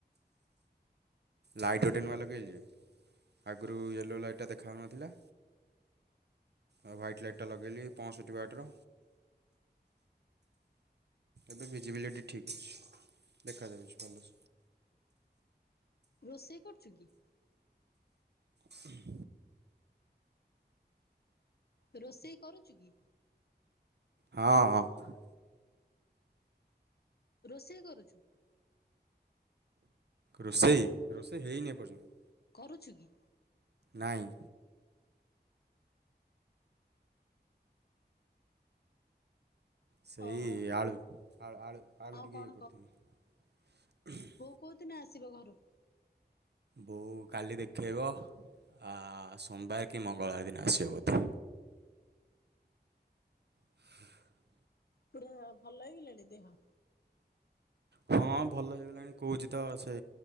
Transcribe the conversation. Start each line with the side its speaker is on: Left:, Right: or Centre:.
Right: ଲାଇଟ୍ ଗୋଟେ ନୂଆ ଲଗେଇଲି, ଆଗରୁ ୟେଲୋ ଲାଇଟା ଦେଖାହେଉନଥିଲା‌। ଆଉ ୱାଇଟ ଲାଇଟ୍ଟା ଲଗେଇଲି ପଞ୍ଚଷଠି ୱାଟ୍ ର। ଏବେ ଭିଜିବିଲିଟି ଠିକ୍ ଅଛି ଦେଖାଯାଉଚି କଲର।
Left: ରୋଷେଇ କରୁଚୁ କି?
Right: ହୁ।
Left: ରୋଷେଇ କରୁଛୁ କି?
Right: ହଁଁ ହଁ ହଁ।
Left: ରୋଷେଇ କରୁଛୁ?
Right: ରୋଷେଇ ରୋଷେଇ ହେଇନି ଏ ପର୍ଯ୍ୟନ୍ତ।
Left: କରୁଛୁ କି?
Right: ନାଇଁ। ସେଇ
Left: ଓହୋ
Right: ଆଳୁ ଆଳୁ ଆଳୁ ଆଳୁ
Left: ଆଉ
Right: ଟିକିଏ
Left: କଣ
Right: ଇଏ କରଥିନି‌।
Left: କେଉଁଦିନ ଆସିବ ଘରୁକୁ?
Right: ବୋଉ କାଲି ଦେଖେଇବ ଆ ସୋମବାର କି ମଙ୍ଗଳବାର ଦିନ ଆସିବ ବୋଧେ‌। ହୁଁ।
Left: ପୁରା ଭଲ ହେଇଗଲାଣି ଦେହ?
Right: ହଁ ଭଲ ହେଇଗଲାଣି କହୁଛି ତ ସେ